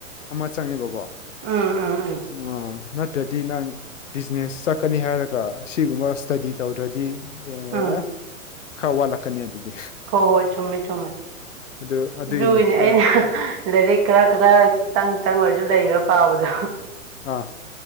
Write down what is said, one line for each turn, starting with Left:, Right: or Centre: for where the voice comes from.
Left: ꯑꯃ ꯆꯪꯉꯦꯕꯀꯣ
Right: ꯎꯝ ꯎꯝ ꯎꯝ
Left: <unintelligible> ꯅꯠ ꯇ꯭ꯔꯗꯤ ꯅꯪ ꯕꯤꯖꯤꯅꯦꯁ ꯆꯠꯀꯅꯤ ꯍꯥꯏꯔꯒ ꯑꯁꯤꯒꯨꯝꯕ ꯁ꯭ꯇꯗꯤ ꯇꯧꯗ꯭ꯔꯗꯤ ꯑꯦ
Right: ꯎꯝ
Left: ꯈꯔ ꯋꯥꯠꯂꯛꯀꯅꯤ ꯑꯗꯨꯗꯤ
Right: ꯍꯣ ꯍꯣꯏ ꯆꯨꯝꯃꯦ ꯆꯨꯝꯃꯦ
Left: ꯑꯗꯨ ꯑꯗꯨꯏꯅꯦ
Right: ꯑꯗꯨꯒꯤꯅꯦ
Left: ꯑꯥ
Right: ꯑꯩꯅ ꯂꯥꯏꯔꯤꯛ ꯈꯔ ꯈꯔ ꯈꯤꯇꯪ ꯈꯤꯇꯪ ꯑꯣꯏꯔꯁꯨ ꯂꯩꯔ ꯄꯥꯕꯗꯣ
Left: ꯑꯥ